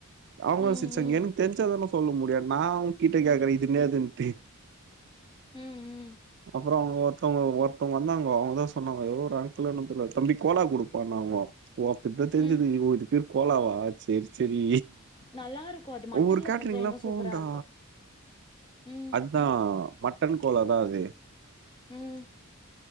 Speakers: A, on the right; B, on the left.
A: அவங்களு
B: ம்
A: சிரிசாங்
B: ம்
A: எனக்கு தெரிஞ்சாதானே சொல்ல முடியாது நான் அவுங்க கிட்ட கேக்குறே இதுனேதுன்ட்டு
B: ம் ம்
A: அப்புறம் அவங்க ஒருத்தவங் ஒருத்தவங்க வந்தாங்க அவங்கதா சொன்னாங்க எவ்வள அணலன்ன தெரியல ஓ அப்பே தெரிஞ்சது
B: ம்
A: ஒரு பேர் கோலாவா சேரி சேரி
B: நல்லாருக்கு அது மட்டன்ல
A: ஒவ்வொரு கேட்ரிங்லா
B: செஞ்சா இன்னு
A: போவுண்டா
B: சூப்பரா இருக்கும் ம்
A: தா மட்டன் கோலா தா அது
B: ம்